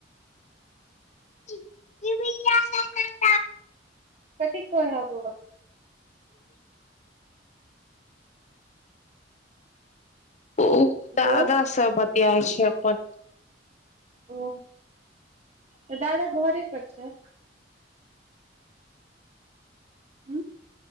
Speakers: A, on the left (about 40°); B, on the right (about 35°).
A: भ
B: कतेक क हब
A: ओ
B: हेलो
A: दादा सब बतियाइ छै अपन
B: ओ तऽ दादा घरे पर छै हँ